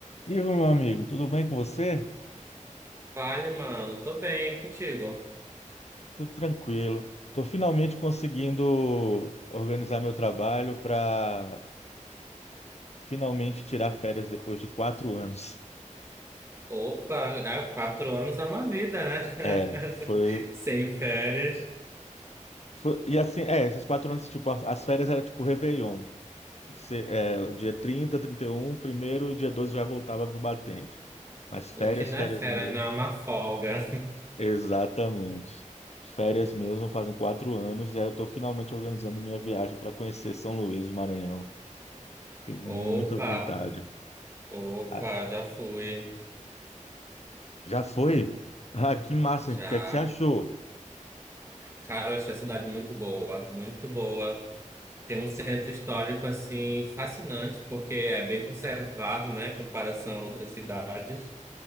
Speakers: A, on the left (about 55°); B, on the right (about 20°).
A: Ivo, meu amigo, tudo bem com você?
B: Vale, mano. Tô bem contigo.
A: Tudo tranquilo. Estou finalmente conseguindo organizar meu trabalho para finalmente tirar férias depois de quatro anos.
B: Opa, há quatro anos é uma vida, né?
A: É,
B: <laughs>
A: foi,
B: Sem férias.
A: foi- E assim, é, esses quatro anos, tipo, as, as férias eram tipo Réveillon. Você, é, o dia 30, 31, primeiro, e dia 12 já voltava pro batente. Mas férias,
B: O que não
A: férias
B: é férias,
A: mesmo.
B: não é uma folga.
A: Exatamente. Férias mesmo fazem quatro anos, e aí eu estou finalmente organizando minha viagem para conhecer São Luís, do Maranhão.
B: <laughs>
A: Tenho
B: Opa,
A: muita vontade.
B: opa,
A: Ah,
B: já fui.
A: já foi? Ah, que massa. O
B: Já.
A: que é que você achou?
B: Cara, eu achei a cidade muito boa, muito boa. Tem um centro histórico, assim, fascinante, porque é bem conservado, né, em comparação a outras cidades.